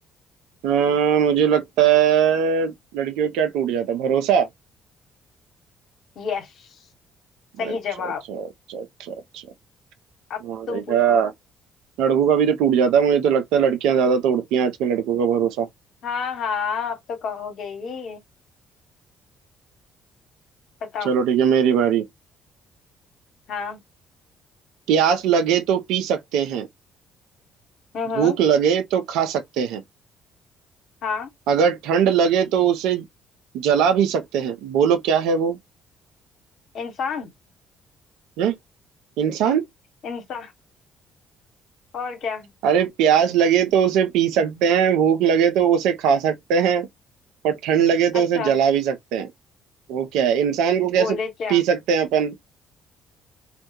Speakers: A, on the right; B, on the left.
A: हाँ, मुझे लगता है लड़कियों का क्या टूट जाता है? भरोसा
B: यस सही
A: अच्छा
B: जवाब
A: अच्छा अच्छा अच्छा अच्छा
B: अब
A: हाँ
B: तुम
A: देखा
B: पूछो
A: लड़कों का भी तो टूट जाता है मुझे तो लगता है लड़कियां ज्यादा तोड़ती हैं आजकल लड़कों का भरोसा
B: हाँ हाँ अब तो कहोगे ही बताओ
A: चलो ठीक है मेरी बारी
B: हाँ
A: प्यास लगे तो पी सकते हैं
B: हम्म
A: भूख
B: हम्म
A: लगे तो खा सकते हैं
B: हाँ
A: अगर ठंड लगे तो उसे जला भी सकते हैं बोलो क्या है वो
B: इंसान
A: हैं इंसान
B: इंसान और क्या
A: अरे प्यास लगे तो उसे पी सकते हैं भूख लगे तो उसे खा सकते हैं और ठंड लगे तो
B: अच्छा
A: उसे जला भी सकते हैं वो क्या है इंसान को कैसे
B: बोले क्या
A: पी सकते हैं अपन